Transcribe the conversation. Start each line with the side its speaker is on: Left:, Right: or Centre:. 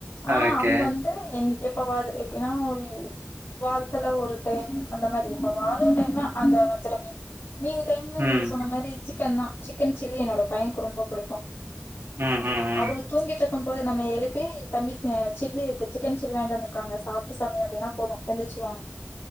Left: ஆ
Right: ஓகே.
Left: அவிங்க வந்து என் எப்பவாது எப்டின்னா ஒரு வாரத்துல ஒரு டைம் அந்த மாரி எப்பவாது ஒரு டைம் தா அந்த வஞ்ற மீன் மீதி டைம்ல நீங்க
Right: ம்.
Left: சொன்ன மாரி சிக்கன்தா சிக்கன் சில்லி என்னோட பையனுக்கு ரொம்ப பிடிக்கு
Right: ம், ம், ம்.
Left: அவரு தூங்கிட்டு இருக்கும் போது நம்ம எழுப்பி தம்பி சில்லி இருக்கு சிக்கன் சில்லி வாங்கிட்டு வந்துருக்காங்க சாப்டு சாமி அப்டின்னா போது எந்திச்சிருவாங்க